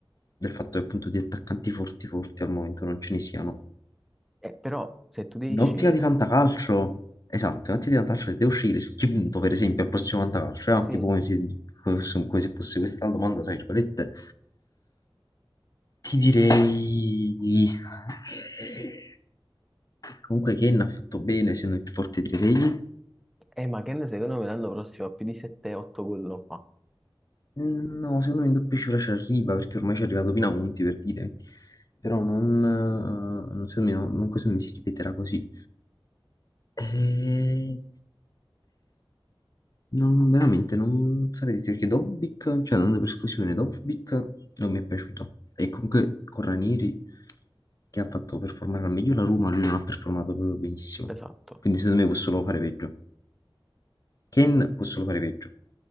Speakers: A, on the left (about 40°); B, in the centre.
A: del fatto che appunto di attaccanti forti forti al momento non ce ne siano.
B: Eh, però se tu devi
A: In
B: scegliere
A: ottica di fantacalcio, esatto, in ottica di fantacalcio, se devo scegliere su chi punto, per esempio, al prossimo fantacalcio, eh,
B: Sì,
A: tipo come se, come se come se fosse questa la domanda, tra virgolette. Ti direi eh, comunque Ken ha fatto bene, essendo il più forte dei tre degli.
B: eh, ma Ken secondo me l'anno prossimo ha più di 7-8 gol lo fa.
A: No, secondo me in doppia cifra ci arriva, perché ormai ci è arrivato Pinamonti per dire. Però non, eh, non- secondo me, no, non, non- secondo me si ripeterà così. Eh, non, veramente non saprei dire perché Dovbik, cioè andando per esclusione, Dovbik non mi è piaciuto. E comunque con Ranieri, che ha fatto performare al meglio la Roma, lui non ha performato proprio benissimo.
B: Esatto.
A: Quindi secondo me può solo fare peggio. Ken può solo fare peggio,